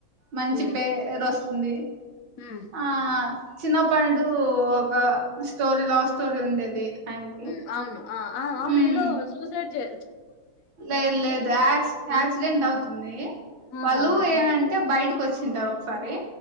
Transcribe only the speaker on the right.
మంచి
పే రొస్ తుంది
ఆ చిన్నప్పడు ఒక స్టోరీ లవ్ స్టోరీ ఉండేది ఆయనకి
ఉమ్
లేదు లేదు క్ యాక్సిడెంట్
అవుతుంది
వాళ్ళు ఏమంటే బయట వచ్చింటారు ఒకసారి